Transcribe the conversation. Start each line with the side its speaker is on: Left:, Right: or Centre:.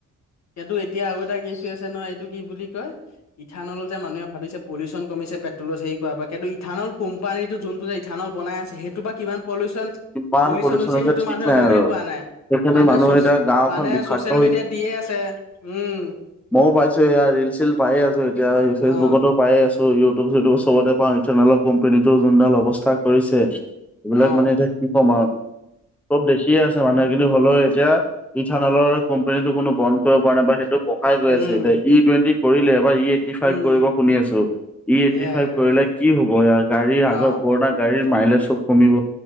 Left: কিন্তু এতিয়া আৰু এটা কেছো আছে নহয় এইটো কি বুলি কয়, ইথানল যে মানুহে ভাবিছে পলিউচন কমিছে, পেট্ৰলত হেৰি কৰাৰ পৰা কিন্তু ইথানল কোম্পানীটো যোনটো যে ইথানল বনাই আছে সেইটোৰ পৰা কিমান পলিউচন
Centre: কিমান
Left: পলিউচন হৈছে সেইটো
Centre: ঠিক
Left: মানুহে
Centre: নাই
Left: গমেই
Centre: আৰু
Left: পোৱা নাই।
Centre: সেইখিনি
Left: মানুহে
Centre: মানুহ
Left: চচ,
Centre: এতিয়া গাঁওখন
Left: মানুহে
Centre: বিষাক্ত
Left: চচিয়েল মিডিয়াত দিয়ে আছে উম।
Centre: ময়ও পাইছো এয়া ৰিল-চিল পায়ে আছো এতিয়া ফেচবুকতো
Left: অ
Centre: পায়ে আছো ইউ টোব - চিউটোব চবতে পাওঁ, ইথানেলৰ কোম্পানীটো যোনডাল অৱস্থা কৰিছে সেইবিলাক
Left: অ
Centre: মানে এতিয়া কি কম আৰু চব দেখিয়ে আছে মানুহে কিন্তু হ'লেও এতিয়া ইথানলৰ কোম্পানীটো কোনো বন্ধ কৰিব পৰা নাই বা সেইটো পকাই গৈ
Left: উম
Centre: আছে এতিয়া ই টুৱেণ্টি কৰিলে এবাৰ ই টি ফাইভ
Left: উম
Centre: কৰিব শুনি আছো, ই
Left: সেয়াই
Centre: এইটটি ফাইভ
Left: আৰু
Centre: কৰিলে কি হ'ব ইয়াৰ গাড়ীৰ
Left: অ
Centre: আগৰ পুৰণা গাড়ীৰ মাইলেজ চব কমিব,